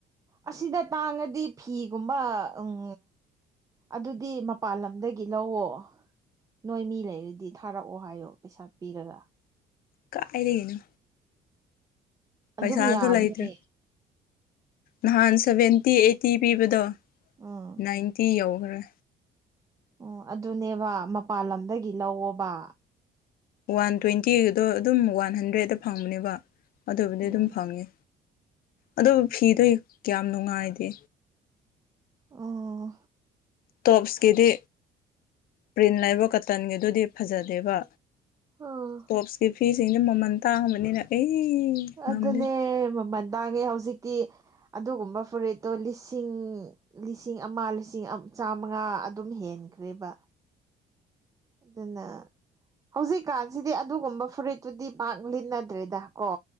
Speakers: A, on the right; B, on the left.
A: ꯑꯁꯤꯗ ꯇꯥꯡꯉꯗꯤ ꯐꯤꯒꯨꯝꯕ ꯎꯡ ꯑꯗꯨꯗꯤ ꯃꯄꯥꯟꯂꯝꯗꯒꯤ ꯂꯧꯋꯣ ꯅꯣꯏ ꯃꯤ ꯂꯩꯔꯗꯤ ꯊꯥꯔꯛꯑꯣ ꯍꯥꯏꯌꯣ ꯄꯩꯁꯥ ꯄꯤꯔꯒ
B: ꯀ-ꯑꯥꯏꯗꯒꯤꯅꯣ
A: ꯑꯗꯨꯝ
B: ꯄꯩꯁꯥꯖꯣ
A: ꯌꯥꯕꯅꯦ
B: ꯂꯩꯇ꯭ꯔꯦ ꯅꯍꯥꯟ ꯁꯚꯦꯟꯇꯤ ꯑꯩꯠꯇꯤ ꯄꯤꯕꯗꯣ
A: ꯑ
B: ꯅꯥꯏꯟꯇꯤ ꯌꯧꯒꯔ
A: ꯑꯣ ꯑꯗꯨꯅꯦꯕꯥ ꯃꯄꯥꯜꯂꯝꯗꯒꯤ ꯂꯧꯋꯣꯕꯥ
B: ꯋꯥꯟ ꯇ꯭ꯋꯦꯟꯇꯤꯒꯗꯣ ꯑꯗꯨꯝ ꯋꯥꯟ ꯍꯟꯗ꯭ꯔꯦꯗꯇ ꯐꯪꯕꯅꯦꯕꯥ ꯑꯗꯨꯕꯨꯗꯤ
A: ꯎꯝ
B: ꯑꯗꯨꯝ ꯐꯪꯉꯤ ꯑꯗꯨꯕꯨ ꯐꯤꯗꯨꯏ ꯀꯌ꯭ꯥꯝ ꯅꯨꯡꯉꯥꯏꯗꯦ
A: ꯑꯣ
B: ꯇꯣꯞꯁꯀꯤꯗꯤ ꯄ꯭ꯔꯤꯟꯅꯥꯏꯕ ꯀꯇꯟꯒꯤꯗꯨꯗꯤ ꯐꯖꯗꯦꯕꯥ
A: ꯎꯝ
B: ꯇꯣꯞꯁꯀꯤ ꯐꯤꯁꯤꯡꯗꯤ ꯃꯃꯟ ꯇꯥꯡꯕꯅꯤꯅꯥ ꯑꯩ ꯉꯝꯗꯦ
A: ꯑꯗꯨꯅꯦ ꯃꯃꯟ ꯇꯥꯡꯉꯦ ꯍꯧꯖꯤꯛꯇꯤ ꯑꯗꯨꯒꯨꯝꯕ ꯐꯨꯔꯤꯠꯇꯣ ꯂꯤꯁꯤꯡ ꯂꯤꯁꯤꯡ ꯑꯃꯥ ꯂꯤꯁꯤꯡ ꯑꯝ ꯆꯥꯃꯉꯥ ꯑꯗꯨꯝ ꯍꯦꯟꯈ꯭ꯔꯦꯕꯥ ꯑꯗꯨꯅ ꯍꯧꯖꯤꯛꯀꯥꯟꯁꯤꯗꯤ ꯑꯗꯨꯒꯨꯝꯕ ꯐꯨꯔꯤꯠꯇꯨꯗꯤ ꯄꯥꯛ ꯂꯤꯠꯅꯗ꯭ꯔꯦꯗ ꯀꯣ